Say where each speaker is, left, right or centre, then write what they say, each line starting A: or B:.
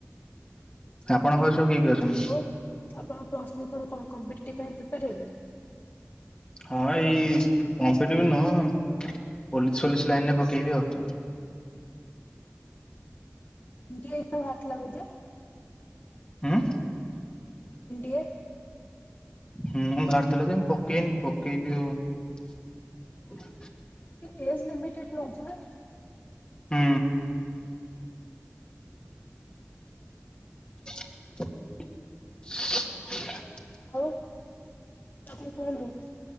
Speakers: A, on the left (about 20°); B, on the left (about 40°).
A: ଆପଣଙ୍କ ଘରେ ସବୁ କିଏ କିଏ ଅଛନ୍ତି?
B: ଆଉ ଆପଣ ପ୍ଲସ ଥ୍ରି ପରେ କଣ କମ୍ପିଟିଭ୍ ପାଇଁ ପ୍ରିପାର ହେବେ।
A: ହଁ ଏଇ କମ୍ପିଟିଭ ନୁହଁ ପୋଲିସ ଫୋଲିସ ଲାଇନ ରେ ପକେଇବି ଆଉ।
B: ବି ଡି ଏ <unintelligible> ବାହାରି ଥିଲା ବଧେ।
A: ହୁଁ।
B: B D A.
A: ହୁଁ ବାହାରି ଥିଲା ଯେ ମୁଁ ପକେଇନି ପକେଇବି ଆଉ।
B: କେ ଏଜ୍ ଲିମିଟେଡ ନଉଛି ନା।
A: ହୁଁ। <inaudible>
B: ଆଉ ଆଉ କଣ କୁହନ୍ତୁ।